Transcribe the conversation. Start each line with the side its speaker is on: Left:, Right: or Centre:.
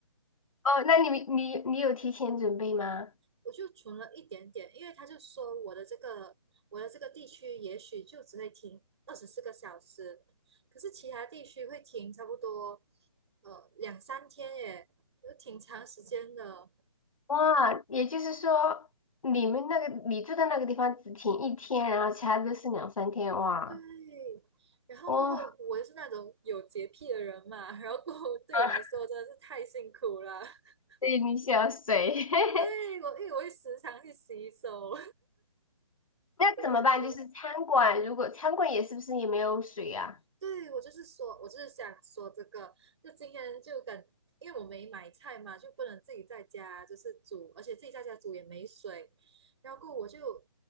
Left: 哦，那你们你你有提前准备吗？
Right: 我就存了一点点，因为他就说我的这个我的这个地区也许就只会停二十四个小时，可是其他地区会停差不多呃两三天耶，就挺长时间的。
Left: 哇，也就是说你们那个你住的那个地方只停一天，然后其他都是两三天，哇，
Right: 对，然后过后我又是那种有洁癖的人嘛，
Left: 哇。
Right: 然后过后对我来说真的是太辛苦了。
Left: <laughs>
Right: <laughs>
Left: 对，你需要水。<laughs>
Right: 对，我因为我会时常去洗手，
Left: 那怎么办？
Right: 真是
Left: 就是餐馆，如果餐馆也是不是也没有水啊？
Right: 对我就是说，我就是想说这个，就今天就感，因为我没买菜嘛，就不能自己在家就是煮，而且自己在家煮也没水，然后过我就